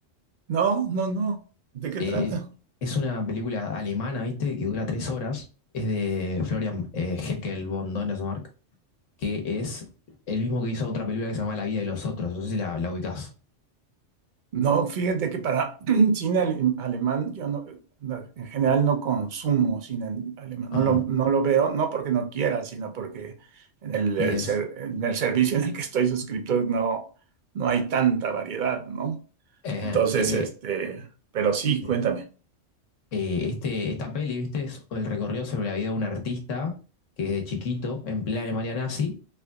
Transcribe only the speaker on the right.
No, no, no. ¿De qué
trata?
No, fíjate que para <clears throat> cine ale- alemán yo no, no, en general no consumo cine alemán,
no lo, no lo veo, no porque no quiera, sino porque en el,
el
ser- en el servicio en el que estoy suscrito no, no hay tanta variedad, ¿no?
Entonces,
este, pero sí,
cuéntame.